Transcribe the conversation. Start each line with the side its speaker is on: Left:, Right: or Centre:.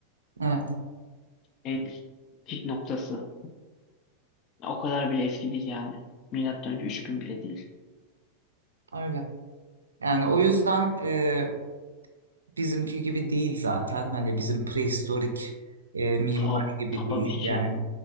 Right: Evet,
Left: En pik noktası. O kadar bile eski değil yani. Milattan önce 3000 bile değil.
Right: öyle. Yani o yüzden e, bizimki gibi değil zaten. Hani bizim prehistorik e, mimari
Left: Ta,
Right: gibi
Left: tabii
Right: değil
Left: ki.
Right: yani.